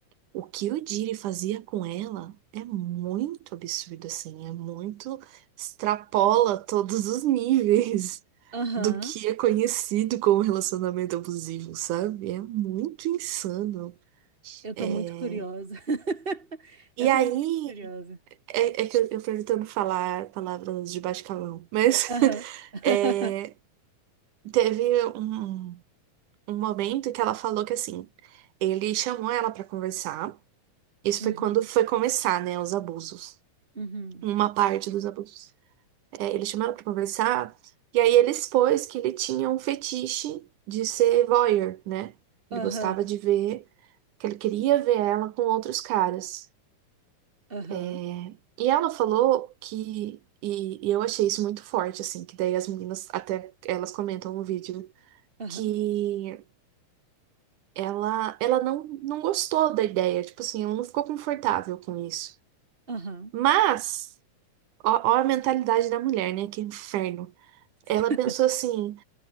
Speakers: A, on the right (about 65°); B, on the right (about 20°).
A: o que o Jiri fazia com ela é muito absurdo, assim, é muito, extrapola todos os níveis <laughs>
B: Aham,
A: do que é conhecido como relacionamento abusivo, sabe? É muito insano.
B: Eu tô
A: É...
B: muito curiosa. <laughs>
A: E
B: Eu tô
A: aí,
B: muito curiosa.
A: é, é que eu, eu tô tentando falar palavras de baixo calão, mas...
B: Aham.
A: <laughs>
B: <laughs>
A: É, Teve um, um momento que ela falou que assim, ele chamou ela pra conversar. Isso
B: Uhum.
A: foi quando foi começar, né, os abusos.
B: Uhum.
A: Uma parte dos abusos. É, ele chamou ela pra conversar e aí ele expôs que ele tinha um fetiche de ser voyeur, né?
B: Aham.
A: Ele gostava de ver, que ele queria ver ela com outros caras.
B: Aham.
A: É, e ela falou que e, e eu achei isso muito forte, assim, que daí as meninas até elas comentam no vídeo
B: Aham.
A: que ela, ela não, não gostou da ideia, tipo assim, ela não ficou confortável com isso.
B: Aham.
A: Mas, ó, ó a mentalidade da mulher, né? Que inferno.
B: Sim.
A: Ela
B: <laughs>
A: pensou assim,